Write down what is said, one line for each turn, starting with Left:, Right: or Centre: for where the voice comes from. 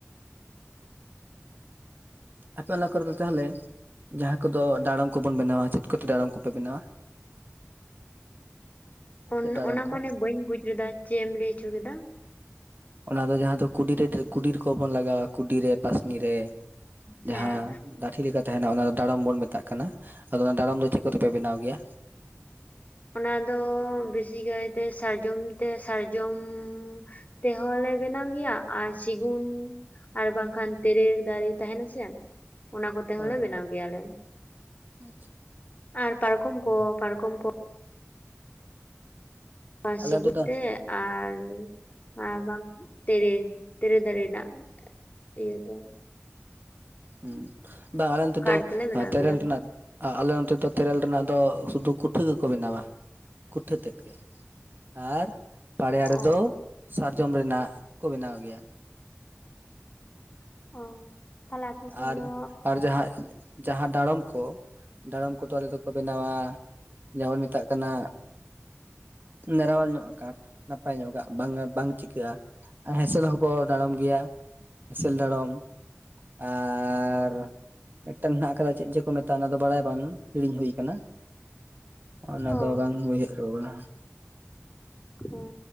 Right: ᱟᱯᱮ ᱮᱞᱟᱠᱟ ᱨᱮᱫᱚ ᱛᱟᱦᱚᱞᱮ ᱡᱟᱦᱟᱸᱭ ᱠᱚᱫᱚ ᱰᱟᱟᱲᱚᱢ ᱠᱚᱵᱚᱱ ᱵᱮᱱᱟᱣᱟ ᱪᱮᱫ ᱠᱚᱛᱮ ᱰᱟᱟᱲᱟᱢ ᱠᱚᱯᱮ ᱵᱮᱱᱟᱣᱟ
Left: <inaudible> ᱚᱱ
Right: ᱪᱮᱫ ᱰᱟᱲᱚᱢ
Left: ᱚᱱᱟ
Right: ᱠᱚ?
Left: ᱢᱟᱱᱮ ᱵᱟᱹᱧ ᱵᱩᱡ ᱞᱮᱫᱟ ᱪᱮᱫ ᱮᱢ ᱞᱟᱹᱭ ᱦᱚᱪᱚ ᱠᱮᱫᱟ
Right: ᱚᱱᱟ ᱫᱚ ᱡᱟᱦᱟᱸ ᱫᱚ ᱠᱩᱰᱤᱨᱮ ᱠᱩᱰᱤ ᱨᱮ ᱠᱚ ᱵᱚᱱ ᱞᱟᱜᱟᱣᱟ ᱠᱩᱰᱤᱨᱮ ᱯᱟᱥᱱᱤ ᱨᱮ
Left: ᱦᱮᱸ
Right: ᱡᱟᱦᱟᱸ ᱞᱟᱹᱴᱷᱤ ᱞᱮᱠᱟᱛᱮ ᱛᱟᱸᱦᱮᱱᱟ ᱚᱱᱟ ᱫᱚ ᱰᱟᱲᱚᱢ ᱵᱚᱱ ᱢᱮᱛᱟᱜ ᱠᱟᱱᱟ ᱟᱫᱚ ᱚᱱᱟ ᱰᱟᱲᱚᱢ ᱫᱚ ᱪᱮᱫ ᱠᱚᱛᱮᱯᱮ ᱵᱮᱱᱟᱣ ᱜᱮᱭᱟ
Left: ᱚᱱᱟ ᱫᱚ ᱵᱤᱥᱤ ᱠᱟᱭᱛᱮ ᱥᱟᱨᱡᱚᱢ ᱛᱮ ᱥᱟᱨᱡᱚᱢ ᱛᱮᱦᱚᱸ ᱞᱮ ᱵᱮᱱᱟᱣ ᱜᱮᱭᱟ ᱟᱨ ᱥᱮᱜᱩᱱ ᱟᱨ ᱵᱟᱝᱠᱷᱟᱱ ᱛᱮᱞᱮᱨ ᱫᱟᱨᱮ ᱛᱟᱸᱦᱮᱱᱟ ᱥᱮ ᱚᱱᱟ ᱠᱚᱛᱮ ᱦᱚᱸᱞᱮ
Right: ᱦᱳᱭ ᱦᱳᱭ
Left: ᱵᱮᱱᱟᱣ ᱜᱮᱭᱟᱞᱮ
Right: ᱟᱪᱪᱷᱟ
Left: ᱟᱨ ᱯᱟᱨᱠᱚᱢ ᱠᱚ, ᱯᱟᱨᱠᱚᱢ ᱠᱚ ᱵᱟᱥᱤ
Right: ᱟᱞᱮ ᱚᱱᱛᱮ
Left: ᱜᱩᱛᱮ
Right: ᱫᱚ
Left: ᱟᱨ ᱱᱚᱣᱟ ᱵᱟᱝ ᱛᱮᱨᱮᱞ, ᱛᱮᱨᱮᱞ ᱫᱟᱨᱮ ᱨᱮᱱᱟᱜ ᱤᱭᱟᱹ ᱛᱮ
Right: ᱦᱩᱸ, ᱵᱟ ᱟᱞᱮ ᱚᱱᱛᱮ
Left: ᱠᱟᱴ
Right: ᱫᱚ
Left: ᱛᱮᱞᱮ ᱵᱮᱱᱟᱣ
Right: ᱛᱮᱨᱮᱞ
Left: ᱜᱮᱭᱟ
Right: ᱨᱮᱱᱟᱜ ᱟᱻ ᱟᱞᱮ ᱚᱱᱛᱮ ᱫᱚ ᱛᱮᱨᱮᱞ ᱨᱮᱱᱟᱜ ᱫᱚ ᱥᱩᱫᱷᱩ ᱠᱩᱴᱷᱮᱹ ᱜᱮᱠᱚ ᱵᱮᱱᱟᱣᱟ ᱠᱩᱴᱷᱮᱹ ᱛᱮᱫ ᱜᱮ ᱟᱨ ᱯᱟᱰᱭᱟᱨᱮ
Left: ᱚ
Right: ᱫᱚ ᱥᱟᱨᱡᱚᱢ ᱨᱮᱱᱟᱜ ᱠᱚ ᱵᱮᱱᱟᱣ ᱜᱮᱭᱟ
Left: ᱚ ᱛᱟᱦᱞᱮ ᱟᱯᱮ ᱥᱮᱫ
Right: ᱟᱨ
Left: ᱫᱚ
Right: ᱟᱨ ᱡᱟᱦᱟᱸᱭ ᱡᱟᱦᱟᱸ ᱰᱟᱲᱚᱢ ᱠᱚ ᱰᱟᱲᱚᱢ ᱠᱚᱫᱚ ᱟᱞᱮ ᱫᱚᱠᱚ ᱵᱮᱱᱟᱣᱟ ᱡᱟᱦᱟᱸᱭ ᱢᱮᱛᱟᱜ ᱠᱟᱱᱟ ᱢᱟᱨᱟᱣ ᱧᱚᱜ-ᱟᱜ ᱠᱟᱴᱷ ᱱᱟᱯᱟᱭ ᱧᱚᱜᱟᱜ ᱵᱟᱝ, ᱵᱟᱝ ᱪᱤᱠᱟᱹᱜᱼᱟ ᱟᱨ ᱦᱮᱸᱥᱮᱞ ᱦᱚᱸᱠᱚ ᱰᱟᱲᱚᱢ ᱜᱮᱭᱟ, ᱦᱮᱸᱥᱮᱞ ᱰᱟᱲᱚᱢ ᱟᱨᱻ ᱢᱤᱫᱴᱟᱝ ᱦᱮᱱᱟᱜ ᱠᱟᱫᱟ ᱪᱮᱫ ᱡᱮ ᱠᱚ ᱢᱮᱛᱟᱜᱼᱟ ᱚᱱᱟ ᱫᱚ ᱵᱟᱲᱟᱭ ᱵᱟᱝ ᱦᱤᱲᱤᱧ ᱦᱩᱭ ᱠᱟᱱᱟ ᱚᱱᱟ
Left: ᱚ
Right: ᱫᱚ ᱵᱟᱝ ᱩᱭᱦᱟᱹᱨᱚᱜ ᱠᱟᱱᱟ
Left: ᱦᱩᱸ